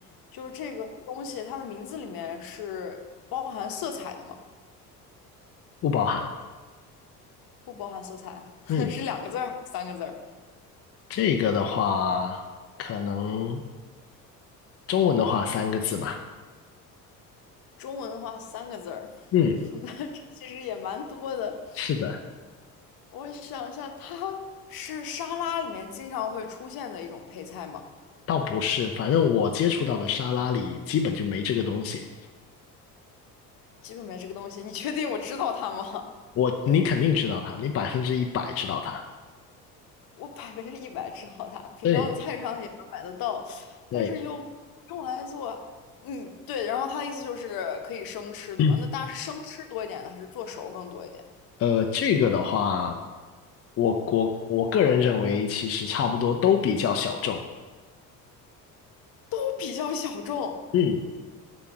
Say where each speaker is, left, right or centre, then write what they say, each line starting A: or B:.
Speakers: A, on the left; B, on the left.
A: 就是这个东西，它的名字里面是包含色彩的吗？
B: 不包含，
A: 不包含色彩，<laughs>
B: 嗯，
A: 是两个字儿，三个字儿。
B: 这个的话，可能中文的话三个字吧。
A: 中文的话，三个字儿，
B: 嗯，
A: <laughs> 那这其实也蛮多的。
B: 是的，
A: 我想一下，它是沙拉里面经常会出现的一种配菜吗？
B: 倒不是，反正我接触到的沙拉里基本就没这个东西。
A: 基本没这个东西，你确定我知道它吗？
B: 我，你肯定知道它，你百分之一百知道它。
A: <laughs> 我百分之一百知道它，平常菜市场也能买得到，
B: 对对，
A: 但是又用来做，嗯，对。然后它的意思就是可以生吃，对吗？
B: 嗯，
A: 那大家是生吃多一点呢，还是做熟更多一点？
B: 呃，这个的话，我我我个人认为，其实差不多都比较小众。
A: 都比较小众，
B: 嗯